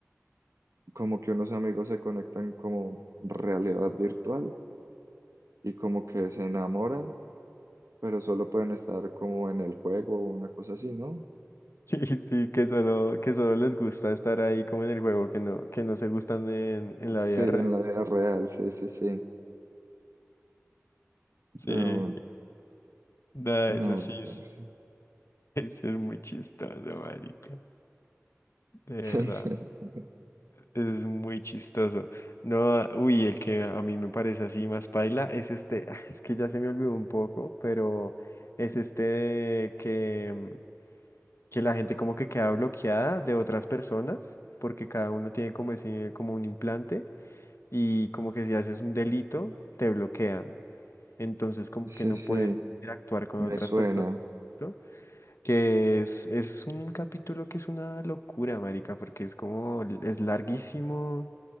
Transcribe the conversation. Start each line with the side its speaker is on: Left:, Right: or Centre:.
Right: como que unos amigos se conectan como realidad virtual y como que se enamoran, pero solo pueden estar como en el juego o una cosa así, ¿no?
Left: Sí, sí, que solo, que solo les gusta estar ahí como en el juego, que no, que no se gustan en, en
Right: Sí,
Left: la vida
Right: en
Left: real.
Right: la vida real, sí, sí, sí.
Left: Sí,
Right: Pero,
Left: nada,
Right: no,
Left: eso sí es,
Right: pero sí.
Left: <laughs> eso es muy chistoso, marica. De
Right: Sí,
Left: verdad,
Right: <laughs>
Left: eso es muy chistoso. No, ah, uy, el que a mí me parece así más paila es este, ah, es que ya se me olvidó un poco, pero es este que mm, que la gente como que queda bloqueada de otras personas, porque cada uno tiene como ese, como un implante, y como que si haces un delito, te bloquean. Entonces como
Right: sí,
Left: que no
Right: sí,
Left: puedes interactuar con
Right: me
Left: otras
Right: suena.
Left: personas, ¿no? Que es, es un capítulo que es una locura, marica, porque es como, es larguísimo